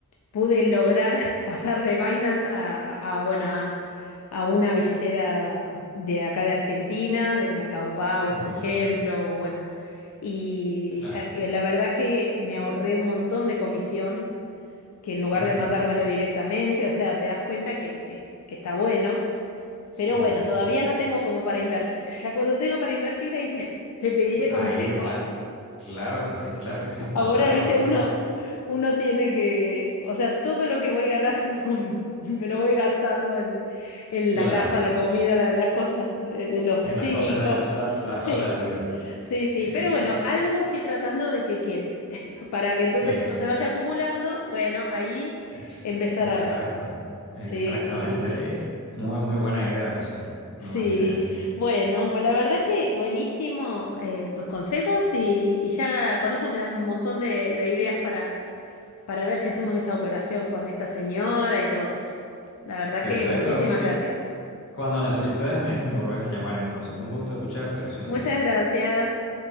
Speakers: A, on the left (about 80°); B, on the left (about 60°).
A: pude lograr <laughs> pasar de Binance a, a, bueno, a, a una billetera de acá de Argentina, de Mercado Pago,
B: ujú,
A: por ejemplo, o bueno, y,
B: claro.
A: y sa- eh, la verdad que me ahorré un montón de comisión, que en
B: Sí,
A: lugar de mandármelo directamente, o sea, te das cuenta que, que que está bueno.
B: Sí,
A: Pero bueno,
B: sí, sí.
A: todavía no tengo como para invertir. <laughs> Ya cuando tengo para invertir, ahí te, <laughs> te pediré
B: Eh, Ahí,
A: consejo.
B: ah, claro que sí, claro
A: <laughs>
B: que sí, encantado.
A: Ahora, viste,
B: Sí,
A: uno,
B: sí, sí.
A: uno tiene que, o sea, todo lo que voy ganando <laughs> me lo voy gastando en, en
B: Claro.
A: la casa, la comida, la- las cosas de, de los
B: En
A: chicos.
B: las cosas de la, la- las
A: Sí,
B: cosas de la vida.
A: sí, sí.
B: Ex-
A: Pero bueno, algo estoy tratando de que quede. <laughs> Para que entonces
B: ex-
A: cuando se vaya acumulando, bueno, ahí
B: ex-
A: empezar
B: exacto.
A: a ver.
B: Exactamente.
A: Sí, sí, sí, sí.
B: Eh, muy, muy buena idea, Luciana.
A: Sí,
B: Muy buena idea.
A: bueno, pues la verdad que buenísimo eh, tus consejos y, y ya con eso me das un montón de, de ideas para, para ver si hacemos esa operación con esta señora y todo eso. La verdad
B: Perfecto.
A: que muchísimas
B: Eh,
A: gracias.
B: cuando necesites, me, me volvés a llamar entonces. Un gusto escucharte, Luciana.
A: Muchas gracias.